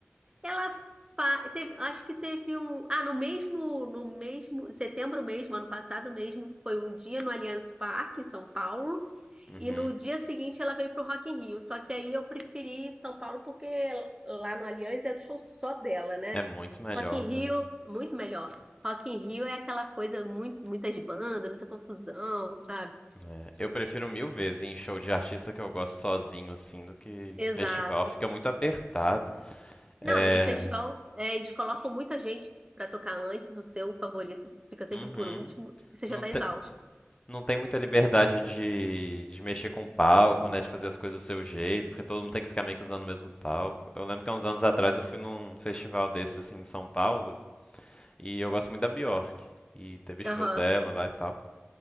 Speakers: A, on the right (about 20°); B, on the left (about 25°).
A: Ela fa- teve, acho que teve um, ah, no mesmo, no mesmo, setembro mesmo, ano passado mesmo, foi um dia no Allianz Parque em São Paulo.
B: Uhum.
A: E no dia seguinte ela veio pro Rock in Rio. Só que aí eu preferi São Paulo porque lá no Allianz era show só dela, né?
B: É muito melhor,
A: Rock in
B: né?
A: Rio, muito melhor. Rock in Rio é aquela coisa, muito, muitas bandas, muita confusão, sabe?
B: É, eu prefiro mil vezes ir em show de artista que eu gosto sozinho, assim, do que
A: Exato.
B: festival. Fica muito apertado. É,
A: Não, e festival, é, eles colocam muita gente pra tocar antes, o seu favorito fica sempre
B: Uhum.
A: por último, e você
B: Não
A: já tá
B: te-
A: exausto.
B: não tem muita liberdade de, de mexer com o palco, né? De fazer as coisas do seu jeito, porque todo mundo tem que ficar meio que usando o mesmo palco. Eu lembro que há uns anos atrás eu fui num festival desses assim em São Paulo e eu gosto muito da Bjork. E teve
A: Aham.
B: show dela lá e tal.